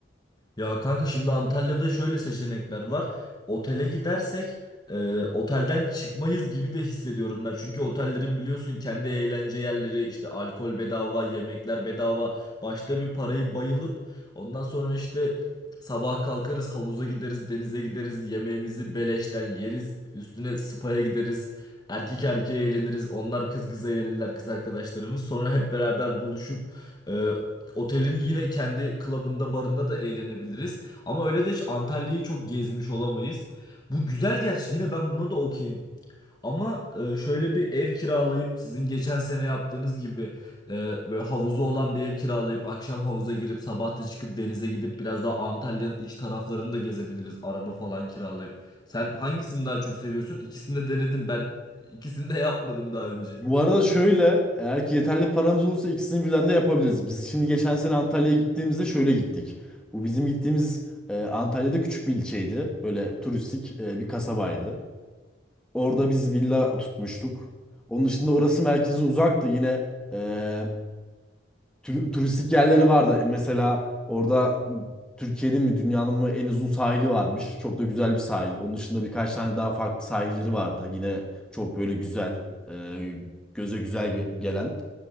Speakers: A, on the left; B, in the centre.
A: Ya kanka şimdi Antalya'da şöyle seçenekler var. Otele gidersek e, otelden çıkmayız gibi de hissediyorum ben. Çünkü otellerin biliyorsun kendi eğlence yerleri işte alkol bedava, yemekler bedava. Başta bir parayı bayılıp ondan sonra işte sabah kalkarız havuza gideriz, denize gideriz, yemeğimizi beleşten yeriz. Üstüne spa'ya gideriz. Erkek erkeğe eğleniriz. Onlar kız kıza eğlenirler kız arkadaşlarımız. Sonra hep beraber buluşup e, Otelin yine kendi klubunda, barında da eğlenebiliriz. Ama öyle de hiç Antalya'yı çok gezmiş olamayız. Bu güzel gerçi yine ben buna da okeyim. Ama e, şöyle bir ev kiralayıp sizin geçen sene yaptığınız gibi e, böyle havuzu olan bir ev kiralayıp akşam havuza girip sabah da çıkıp denize gidip biraz daha Antalya'nın iç taraflarını da gezebiliriz. Araba falan kiralayıp. Sen hangisini daha çok seviyorsun? İkisini de denedin. Ben ikisini de yapmadım daha önce.
B: Bu arada şöyle, eğer ki yeterli paramız olursa ikisini birden de yapabiliriz. Biz şimdi geçen sene Antalya'ya gittiğimizde şöyle gittik. Bu bizim gittiğimiz e, Antalya'da küçük bir ilçeydi. Böyle turistik e, bir kasabaydı. Orada biz villa tutmuştuk. Onun dışında orası merkeze uzaktı. Yine eee, Tur- turistik yerleri vardı. E, Mesela orada Türkiye'nin mi dünyanın mı en uzun sahili varmış. Çok da güzel bir sahil. Onun dışında birkaç tane daha farklı sahilleri vardı. Yine çok böyle güzel, e, göze güzel ge- gelen.